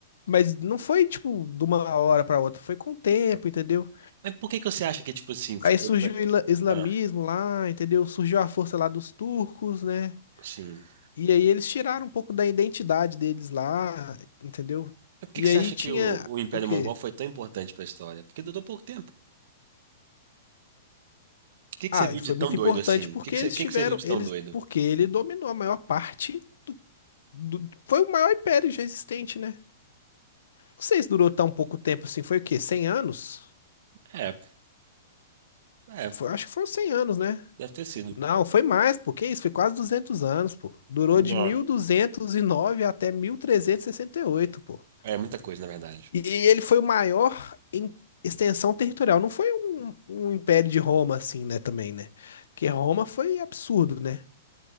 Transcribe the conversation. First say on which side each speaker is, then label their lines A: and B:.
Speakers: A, on the left; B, on the right.
A: mas não foi, tipo, de uma hora pra outra, foi com o tempo, entendeu?
B: Mas por que que você acha que, tipo assim. foi-
A: Aí
B: é,
A: surgiu
B: foi-
A: o
B: é,
A: ila- islamismo
B: Ah,
A: lá, entendeu? Surgiu a força lá dos turcos, né?
B: sim. Mas
A: E aí eles tiraram um pouco da identidade deles lá, entendeu?
B: por que
A: E
B: que
A: aí
B: você acha
A: tinha
B: que o, o Império
A: o quê?
B: Mongol foi tão importante pra história? Porque durou pouco tempo. O que que
A: Ah,
B: você viu
A: ele
B: de
A: foi
B: tão
A: muito
B: doido
A: importante
B: assim?
A: porque
B: O que que
A: eles
B: você, o que
A: tiveram,
B: que você viu de
A: eles,
B: tão doido?
A: porque ele dominou a maior parte do, do- foi o maior império já existente, né? Não sei se durou tão pouco tempo assim, foi o quê? Cem anos?
B: É, é,
A: Foi- acho que foram 100 anos, né?
B: deve ter sido.
A: Não, foi mais, pô, que isso, foi quase 200 anos, pô. Durou
B: Não,
A: de 1209 até mil trezentos e e sessenta e oito, pô.
B: é muita coisa, na verdade.
A: E ele foi o maior em extensão territorial. Não foi um, um império de Roma, assim, né, também, né? Porque Roma foi absurdo, né?